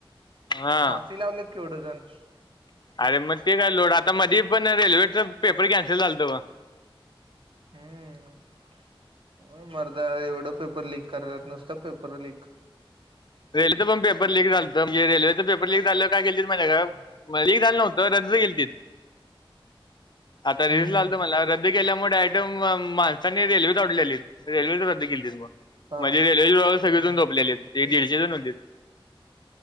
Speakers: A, on the left; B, on the right.
A: हा
B: फाशी लावले क उडझन
A: अरे मग ते काय लोड आता मधी पण रेल्वेचा पेपर कॅन्सल झालत
B: हम्म मर आ एवढं पेपर क करायला नुसतं पेपर लक
A: रेलचं पण पेपर िक झालं म्हजे रेल्वेच पेपर लीक झालं का ग क
B: हम्म
A: झालं नव्हं रजज गेल त आता रिस
B: हम्म
A: लागल त मला रद्द केल्यामुळे माणसांनी रेल्वेच आडले आली रेल्वे रद्दी केली मग
B: हा
A: म्हणजे रेल्वेचे सगळेजन
B: हम्म.
A: ठोपले एक दीड जल नंदत